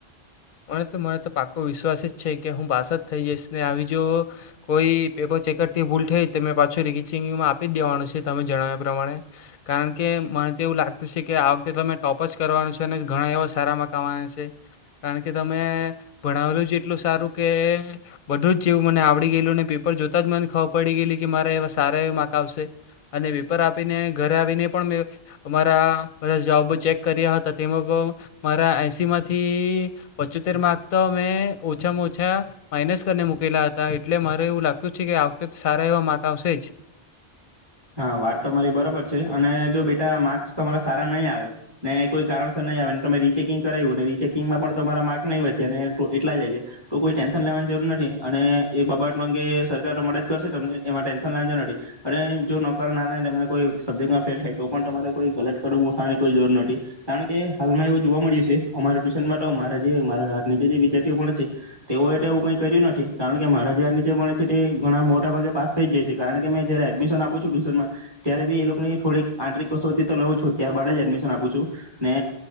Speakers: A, on the left; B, on the right.
A: મને તો મને તો પાકુ વિશ્વાસ જ છે કે હું પાસ જ થઇ જઈશ ને આવી જો કોઈ પેપર ચેકરથી ભૂલ થઈ તો મેં પાછું રીચેકીંગમાં આપી જ દેવાનું છે તમે જણાવ્યા પ્રમાણે કારણ કે મને તો એવું લાગતું છે કે આ વખતે તો મે ટોપ જ કરવાનો છે અને ઘણા એવા સારા માર્ક આવાના છે. કારણ કે તમે ભણાવેલું જ એટલું સારું કે બધું જ જેવું મને આવડી ગયેલું ને પેપર જોતા જ મને ખબર પડી ગયેલી કે મારા એવા સારા એવા માર્ક આવશે અને પેપર આપીને ઘરે આવીને પણ મેં મારા બધા જવાબો ચેક કર્યા હતા. તેમાં મારા એસી માંથી થી પચોતેર માર્ક તો મેં ઓછામાં ઓછા માઇનસ કરીને મુૂકેલા હતા એટલે મારે એવું લાગતું છે કે આ વખતે સારા એવા માર્ક આવશે જ.
B: હા વાત તમારી બરોબર છે અને જો બેટા માર્ક્સ તમારા સારા નહીં આવે ને કોઈ કારણસર નહીં આવે તમે રીચેકિંગ કરાવ્યું રીચેકિંગમાં પણ તમારા માર્કસ નહીં વધ્યા અને એટલા જ આવ્યા તો કોઈ ટેન્શન લેવાની જરૂર નથી અને એ બાબત અંગે સરકાર તો મદદ કરશે તમને એમાં ટેન્શન લેવાની જરૂર નથી અને જો ન કારણ નારાયણ તમેં કોઈ સબ્જેક્ટમાં ફેલ થાય તો પણ તમારે કોઈ ગલત કદમ ઉઠવાની કોઈ જરૂર નથી કારણ કે હાલમાં એવું જોવા મળ્યું છે અમારા ટ્યુશન માટે તો મારા જે મારા આ નીચે જે વિદ્યાર્થીઓ પણે છે તેઓ એ આવું કઈ કર્યું નથી કારણ કે મારા જે હાથ નીચે ભણે છે તે ઘણા મોટા ભાગે પાસ થઈ જાય છે કારણ કે મેં જયારે એડમિશન આપું છું ત્યારે બી એ લોકો થોડીક આંતરિક કસોટી તો લઉ છું ત્યારબાદ જ એડમિશન આપું છું ને